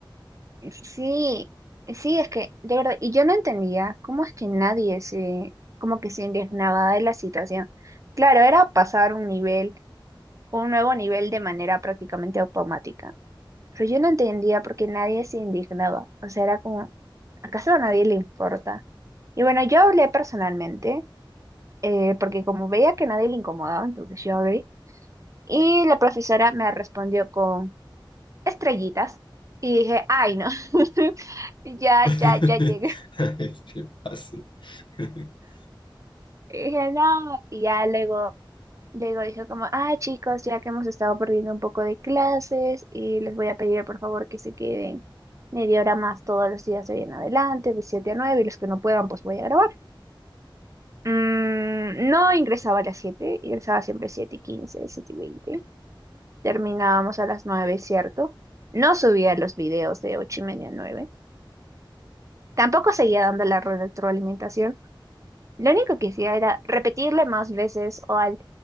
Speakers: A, on the right; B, on the left.
A: Sí, sí, es que, de verdad, y yo no entendía cómo es que nadie se, como que se indignaba de la situación. Claro, era pasar un nivel, un nuevo nivel de manera prácticamente automática, pero yo no entendía por qué nadie se indignaba. O sea, era como, ¿acaso a nadie le importa? Y bueno, yo hablé personalmente, eh, porque como veía que nadie le incomodaba, entonces yo hablé, y la profesora me respondió con estrellitas y dije, ay, no, <laughs> ya,
B: <laughs>
A: ya, ya llegué. <laughs>
B: Ay, ¿Qué pasó? <laughs>
A: Y dije, no, y ya luego, luego dije como, ah, chicos, ya que hemos estado perdiendo un poco de clases y les voy a pedir por favor que se queden media hora más todos los días de ahí en adelante, de 7 a 9 y los que no puedan, pues voy a grabar. Mm, no ingresaba a las siete ingresaba siempre 7 y quince 7 y veinte Terminábamos a las nueve ¿cierto? No subía los videos de 8 y media a nueve Tampoco seguía dando la retroalimentación Lo único que hacía era repetirle más veces o al,